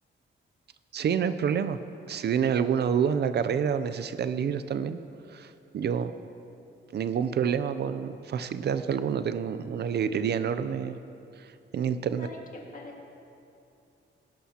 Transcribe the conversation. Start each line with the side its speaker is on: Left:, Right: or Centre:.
Right: Sí, no hay problema. Si tienes alguna duda en la carrera o necesitas libros también, yo ningún problema con facilitarte alguno. Tengo una librería enorme en internet
Left: Ay, qué padre.